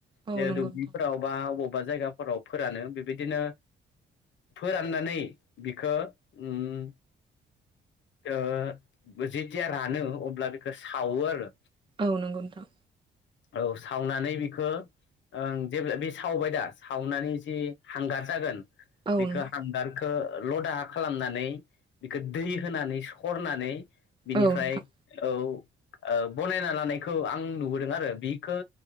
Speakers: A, on the right; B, on the left.
A: औ
B: बे
A: नंगौ
B: दुब्लिफोराव
A: नोंथां
B: बा अबावबा जायगाफोराव फोरानो बेबायदिनो फोराननानै बिखो उम ओ जेथिया रानो अब्ला बेखौ सावो आरो।
A: औ नंगौ नोंथां।
B: औ सावनानै बिखो ओं जेब्ला बे सावबाय दा सावनानै जि हांगार जागोन
A: औ
B: बेखो
A: नंगौ
B: हांगार खो लदा खालामनानै बिखो दै होनानै सरनानै बिनिफ्राय
A: औ नोंथां
B: औ ओ बनायना लानायखौ आं नुबोदों आरो बिखौ।